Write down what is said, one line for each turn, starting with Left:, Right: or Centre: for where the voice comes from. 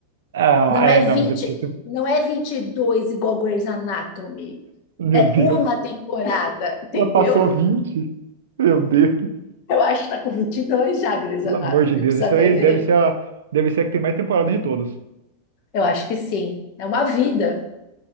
Right: Ah,
Left: Não
Right: é,
Left: é 20,
Right: não, mas é porque você...
Left: não é 22 igual Grey's Anatomy.
Right: Meu
Left: É
Right: Deus.
Left: uma temporada, <laughs> entendeu?
Right: Ela passou vinte Meu Deus.
Left: Eu acho que tá com 22 já, Grey's
Right: Pelo
Left: Anatomy.
Right: amor de Deus.
Left: Eu preciso
Right: Isso
Left: até
Right: aí
Left: ver.
Right: deve ser a, deve ser a que tem mais temporada de todas.
Left: Eu acho que sim. É uma vida.